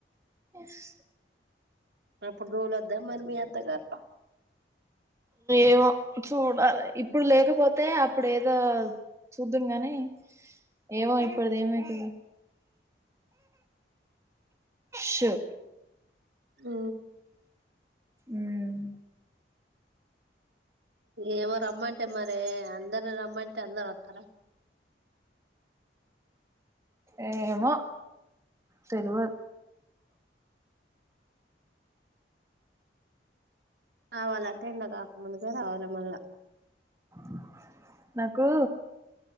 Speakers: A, on the right; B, on the right.
A: ఎస్
B: అప్పుడు తొలోద్దా మరి మీ అత్తగారు
A: ఏవో చూడాలి ఇప్పుడు లేకపోతే అప్పుడు ఏదో చూద్దును గానీ ఏవో ఇప్పుడది ఏమైతదో షు
B: అ
A: ఉమ్
B: ఏమో రమ్మంటే మరి అందరని రమ్మంటే అందరు వస్తారా
A: ఏమో తెల్వదు
B: కావాలంటే ఏండి కాకముందుకే రావాలి మళ్ళా
A: <inaudible> నాకు